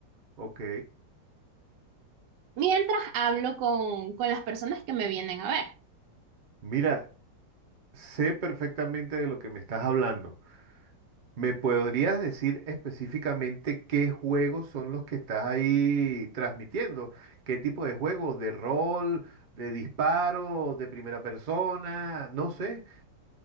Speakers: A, on the right; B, on the right.
A: ok.
B: mientras hablo con, con las personas que me vienen a ver.
A: Mira, sé perfectamente de lo que me estás hablando. ¿Me podrías decir específicamente qué juegos son los que estás ahí transmitiendo? ¿Qué tipo de juego? ¿De rol? ¿De disparo? ¿De primera persona? No sé.